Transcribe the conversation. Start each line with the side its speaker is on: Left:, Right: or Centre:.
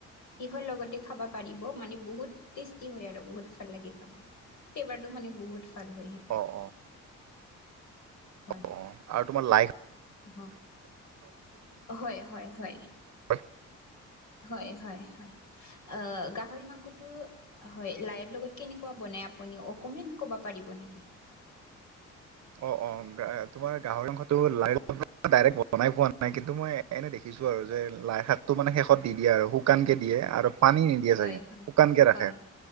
Left: তিহৰ লগতে খাবা পাৰিব, মানে বহুত টেষ্টি হয় আৰু বহুত ভাল লাগে খাবা। ফেবাৰটো মানে বহুত ভাল হয়। সেইটো
Right: অ অ
Left: হয়
Right: অ আৰু তোমাৰ লাই
Left: হয় হয় হয় হয়
Right: <unintelligible>
Left: হয় হয় হয় অ গাহৰি মাংসটো হয় লাইৰ লগত কেনেকুৱা বনাই আপুনিও অকনমান কব পাৰিব নেকি?
Right: অ অ তোমাৰ গাহৰি মাংসটো লাই লগত ডাইৰেক্ট বনাই পোৱা নাই, কিন্তু মই এনে দেখিছো আৰু যে লাইশাক টো মানে
Left: হয়
Right: শেষত দি দিয়ে আৰু শুকান কে দিয়ে আৰু পানী নিদিয়ে
Left: হয়
Right: চাগে
Left: হয়
Right: শুকানকে ৰাখে।
Left: হয়